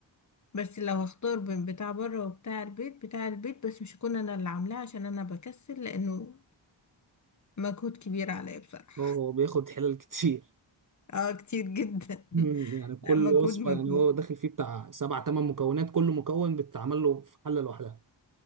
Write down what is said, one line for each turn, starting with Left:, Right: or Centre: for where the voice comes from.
Left: بس لو هختار بين بتاع بره وبتاع البيت بتاع البيت بس مش هكون انا اللي عاملاه عشان انا بكسل لانه مجهود كبير عليا بصراحة
Right: اه هو بياخد حلال كتير
Left: اه كتير جدا
Right: مم.
Left: <laughs>
Right: يعني كل
Left: لا مجهود
Right: وصفة
Left: مجهود
Right: يعني هو داخل فيه بتاع سبع تمن مكونات كل مكون بتتعمل له في حلة لوحدها